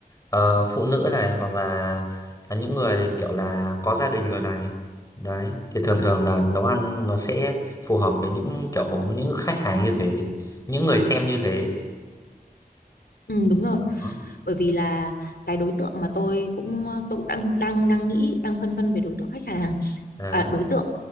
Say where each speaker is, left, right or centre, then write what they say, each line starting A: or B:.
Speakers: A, on the left; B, on the left.
A: ờ, phụ nữ này hoặc là là những người kiểu là có gia đình rồi này đấy thì thường thường là nấu ăn nó sẽ phù hợp với những kiểu những khách hàng như thế những người xem như thế
B: ừ, đúng rồi
A: đó
B: bởi vì là cái đối tượng mà tôi cũng tôi cũng đang đang đang nghĩ đang phân vân về đối tượng khách hàng
A: đấy
B: à, đối tượng